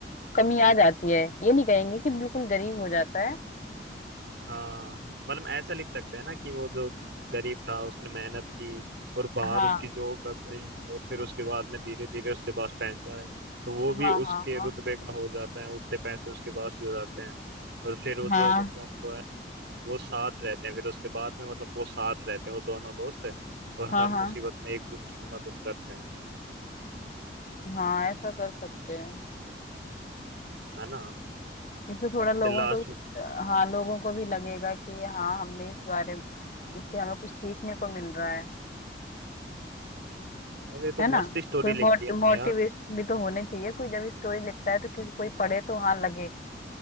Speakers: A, on the left (about 45°); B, on the right (about 80°).
A: कमी आ जाती है ये नहीं कहेंगे कि बिल्कुल गरीब हो जाता है
B: हाँ मतलब ऐसा लिख सकते हैं ना कि वो जो गरीब था उसने मेहनत की और बाहर
A: हाँ
B: उसकी जॉब लग गई और फिर उसके बाद में धीरे धीरे उसके पास पैसे आए तो वो भी
A: हाँ
B: उसके
A: हाँ हाँ
B: रुतबे का हो जाता है उतने पैसे उसके पास भी हो जाते हैं और फिर वो जो
A: हाँ
B: मतलब वो साथ रहते हैं फिर उसके बाद में मतलब वो साथ रहते हैं वो दोनों दोस्त है और
A: हाँ
B: हर मुसीबत
A: हाँ
B: में एक दूसरे की मदद करते हैं
A: हाँ ऐसा कर सकते हैं
B: है ना
A: इससे थोड़ा लोगों
B: फिर लास्ट
A: को भी हाँ लोगों को भी लगेगा कि हाँ हमने इस बारे में इससे हमें कुछ सीखने को मिल रहा है
B: अरे तो
A: है ना
B: मस्त स्टोरी
A: कोई मोट,
B: लिख दी हमने
A: मोटिवेशन
B: यार
A: भी तो होने चाहिए कोई जब स्टोरी लिखता है तो किसी कोई पढ़े तो हाँ लगे